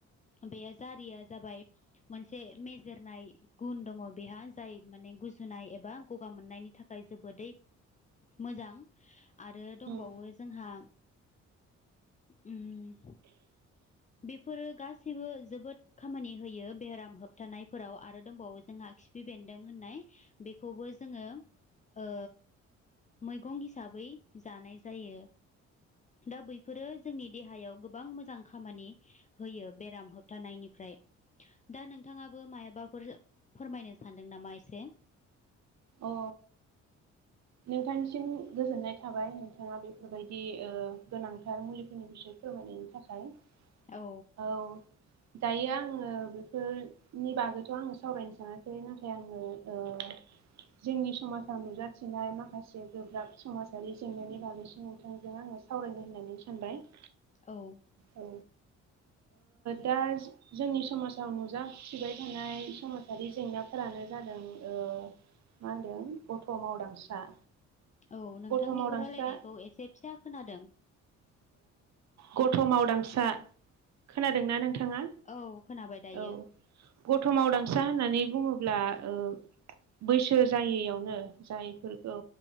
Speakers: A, on the left (about 25°); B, on the right (about 60°).
A: बे जारिया जाबाय मोनसे मेजेरनाय गुन दङ बेहा जाय माने गुन गुजुनाय एबा गगा मोननायनि थाखाय जोबोदै मोजां आरो दंबावो
B: उम
A: जोंहा उम बेफोरो गासैबो जोबोद खामानि होयो बेराम होबथानायफोराव आरो दंबावो जोंहा खिफि बे न्दों होनाय बेखौबो जोङो ओ मैगं हिसाबै जानाय जायो। दा बैफोरो जोंनि देहायाव गोबां मोजां खामानि होयो बेराम होबथानायनिफ्राय दा नोंथाङाबो मायाबाफोर फोरमायनो सानदों नामा एसे?
B: अ
A: <inaudible>
B: नोंथांनिसिम गोजोननाय थाबाय नोंथाङा बेफोरबायदि ओ गोनांथार मुलिफोरनि बिसय फोरमायनायनि थाखाय खाय
A: औ
B: औ दायो आङो बेफोरनि बागैथ' आङो सावरायनो सानाखै नाथाय आङो ओ जोंनि समाजाव नुजाथिनाय माखासे गोब्राब समाजारि जेंनानि बागैसो नोंथांजों आं आङो सावरायनो होननानै सानबाय।
A: औ
B: औ दा जोंनि समाजाव नुजाथिबाय थानाय समाजारि जेंनाफोरानो जा मा होनदों ओ मा होनदों गथ' मावदांसा
A: औ नोंथांनिखौ
B: गथ' मावदांसा
A: रायलायनायखौ एसे फिसा खोनादों।
B: गथ' मावदांसा खोनादोंना नों थाङा
A: औ खोनाबाय दायो
B: औ गथमावदांसा होननानै बुङोब्ला ओ बैसो जायैयावनो जायफोरखौ